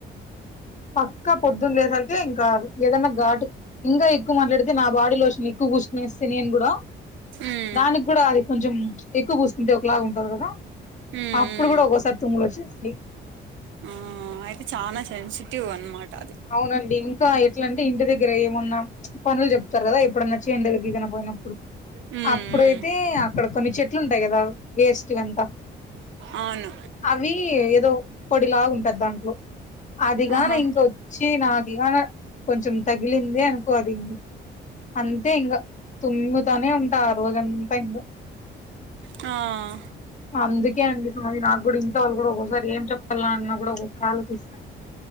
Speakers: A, on the left; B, on the right.
A: పక్కా పొద్దున్ లేవడానికే, ఇంకా ఏదన్న గాటు ఇంకా ఎక్కువ మాట్లాడి నా బాడీ లోషన్ ఎక్కువ బూసుకునేస్తే, నేను గుడా
B: ఉమ్
A: దానికి గుడా అది కొంచెం ఎక్కువ బూసుకుంటే, ఒకలాగ ఉంటది గదా?
B: ఉమ్
A: అప్పుడు గుడా ఒక్కోసారి తుమ్ములొచ్చేస్తయ్.
B: ఊమ్ అయితే చాలా సెన్సిటివ్ అన్నమాట అది.
A: అవునండి, ఇంకా ఎట్ల అంటే ఇంటి దగ్గర ఏమున్నా పనులు జెప్తరు గదా? ఎప్పుడన్నా చేన్ల దగ్గరికి గన బొయినప్పుడు
B: ఉమ్
A: అప్పుడైతే,
B: ఉమ్
A: అక్కడ కొన్ని చెట్లు ఉంటయి గదా? వేస్ట్వి అంతా
B: అవును.
A: అవి ఏదో పొడిలాగుంటది దాంట్లో అదిగాన
B: ఆహా
A: ఇంకో చ్చి నా దగాన కొంచెం తగిలింది అనుకో అది అంతే ఇంకా తుమ్ముతానే ఉంటా ఆ రోజంతా ఇంకా
B: ఆ
A: అందుకే అండి ఇ సారి నాకు కూడా ఇంత వాళ్ళు కూడా ఒక్కోసారి ఏం చెప్పాల అన్న కూడా ఒక్కోసారి ఆలోచిస్తా